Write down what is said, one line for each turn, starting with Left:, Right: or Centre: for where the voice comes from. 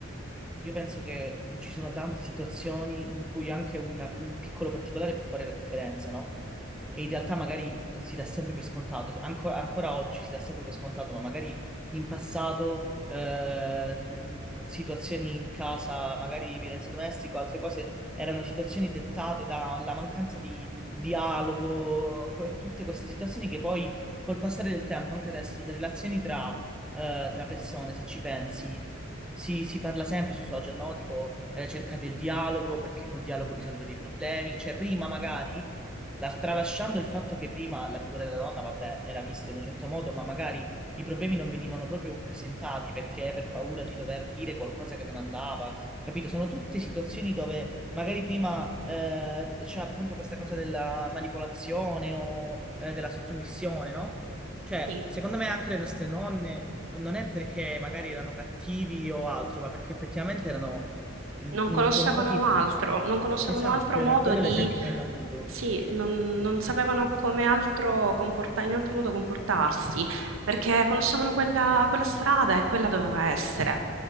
Centre: io penso che mm, ci sono tante situazioni in cui anche una- un piccolo particolare può fare la differenza, no? E in realtà magari si dà sempre per scontato, anco- ancora oggi si dà sempre per scontato, ma magari in passato eh, mh, situazioni in casa, magari violenza domestica o altre cose, erano situazioni dettate dalla mancanza di dialogo, que- tutte queste situazioni che poi col passare del tempo, anche adesso, le relazioni tra, eh, tra persone, se ci pensi, si, si parla sempre sui social, no? Tipo, eh, cercate il dialogo perché col dialogo risolvete i problemi. Cioè, prima magari la- tralasciando il fatto che prima la figura della donna, vabbè, era vista in un certo modo, ma magari i problemi non venivano proprio presentati perché per paura di dover dire qualcosa che non andava, capito? Sono tutte situazioni dove magari prima eh, c'è appunto questa cosa della manipolazione o eh, della sottomissione, no? Cioè,
Right: Sì,
Centre: secondo me anche le nostre nonne non è perché magari erano cattivi o altro, ma perché effettivamente erano in-
Right: non
Centre: improntati...
Right: conoscevano altro, non conoscevano
Centre: Esatto,
Right: altro
Centre: era
Right: modo
Centre: quello
Right: di,
Centre: l'esempio che hanno avuto.
Right: sì, non, non sapevano come altro comporta- in altro modo comportarsi, perché conoscevano quella, quella strada e quella doveva essere.